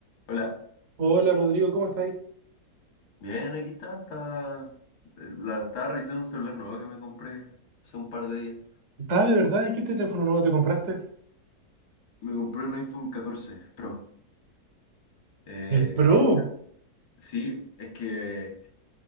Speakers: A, on the left; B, on the right.
A: Hola,
B: Hola Rodrigo, ¿cómo estás?
A: bien, aquí está. Estaba, la, estaba revisando un celular nuevo que me compré hace un par de días.
B: Ah, de verdad, ¿y qué teléfono nuevo te compraste?
A: Me compré un iPhone 14 Pro. Eh,
B: El Pro.
A: sí, es que,